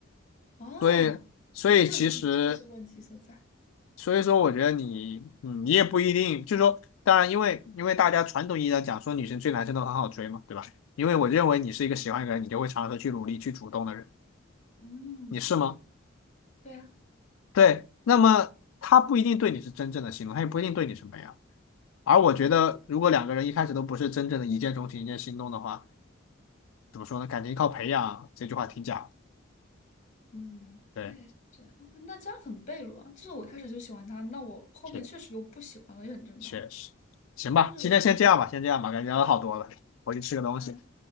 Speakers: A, on the left; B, on the left.
A: 哦，
B: 所以，所以其实
A: 这就是这就是问题所在。
B: 所以说，我觉得你，嗯，你也不一定，就是说，当然，因为因为大家传统意义上讲说女生追男生都很好追嘛，对吧？因为我认为你是一个喜欢一个人，你就会尝试去努力去主动的人，
A: 嗯。
B: 你是吗？
A: 对啊，
B: 对，那么他不一定对你是真正的心动，他也不一定对你什么样。而我觉得，如果两个人一开始都不是真正的一见钟情、一见心动的话，怎么说呢？感情靠培养这句话挺假的
A: 嗯，
B: 对，
A: 对，是这样。那这样很悖论啊就是我一开始就喜欢他，那我后面确实又不喜欢了，
B: 是
A: 也很正常。
B: 确实。行吧，
A: 就是有，
B: 今天先这样吧，先这样吧，感觉聊了好多了，我去吃个东西。
A: 嗯，